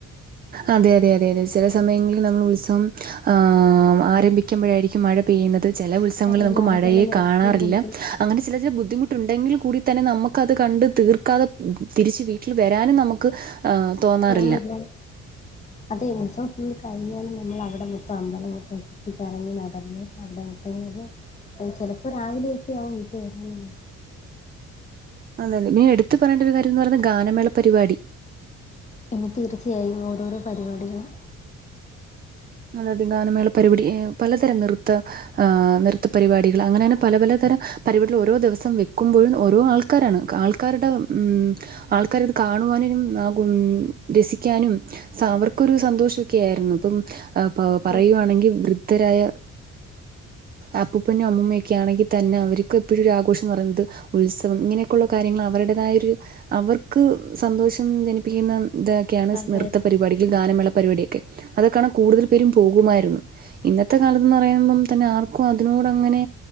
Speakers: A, on the right; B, on the left.
A: അതെ അതെ അതെ അതെ ചില സമയങ്ങളിൽ നമ്മൾ ഉത്സവം ആഹ് ആരംഭിക്കുമ്പോഴായിരിക്കും മഴ പെയ്യുന്നത്. ചില ഉത്സങ്ങളിൽ
B: അത്
A: നമുക്ക്
B: മഴ
A: മഴയെ
B: നനഞ്ഞ്
A: കാണാറില്ല.
B: ഐസ്ക്രീം കുടിക്കുന്നത്
A: അങ്ങനെ ചില ചില ബുദ്ധി മുട്ടുണ്ടെങ്കിൽ കൂടി തന്നെ നമ്മക്ക് അത് കണ്ട് തീർക്കാതെ തിരിച്ച് വീട്ടിൽ വരാനും നമുക്ക് ആഹ്
B: പോവില്ലേ?
A: <inaudible>
B: അതെ ഉത്സവം ഫുള്ള് കഴിഞ്ഞാലും നമ്മള് അവിടെ മൊത്തം അമ്പലം മൊത്തം ചു ചുറ്റി കറങ്ങി നടന്ന് അവിടെ <unintelligible> ചിലപ്പോൾ രാവിലെയൊക്കെ ആകും വീട്ടിൽ വരാൻ തന്നെ.
A: അതന്നെ പിന്നീ എടുത്ത് പറയേണ്ട ഒരു കാര്യം എന്ന് പറയുന്നത് ഗാനമേള പരിപാടി
B: പിന്നെ തീർച്ചയായും ഓരോരോ പരിപാടികളും
A: അതേതെ ഗാനമേള പരിപാടി, പലതരം നൃത്ത ആഹ് നൃത്ത പരിപാടികൾ അങ്ങനെങ്ങനെ പല പലതരം പരിപാടികൾ ഓരോരോ ദിവസം വെക്കുമ്പോഴും ഓരോ ആൾക്കാരാണ്. ആൾക്കാരുടെ മഹ് ആൾക്കാര് അത് കാണുവാനും ആ കും രസിക്കാനും സ അവർക്കൊരു സന്തോഷ ഒക്കെ ആയിരുന്നു ഇപ്പം ആ പ പറയുവാണെങ്കിൽ
B: തീർച്ചയായും
A: വൃദ്ധരായ അപ്പൂപ്പനും അമ്മൂമ്മയും ഒക്കെ ആണെങ്കിൽ തന്നെ അവർക്ക് എപ്പോഴും ഒരു ആഘോഷം എന്ന് പറയുന്നത്, ഉത്സവം ഇങ്ങനെയൊക്കെയുള്ള കാര്യങ്ങൾ അവരുടേതായൊരു അവർക്ക് സന്തോഷം ജനിപ്പിക്കുന്ന, ഇതൊക്കെയാണ് സ്,
B: അതെ
A: നൃത്ത പരിപാടിക്ക് ഗാനമേള പരിപാടിയൊക്കെ അതൊക്കാണാൻ കൂടുതൽ പേരും പോകുമായിരുന്നു. ഇന്നത്തെ കാലത്ത്ന്ന് പറയുമ്പം തന്നെ ആർക്കും അതിനോട് അങ്ങനെ,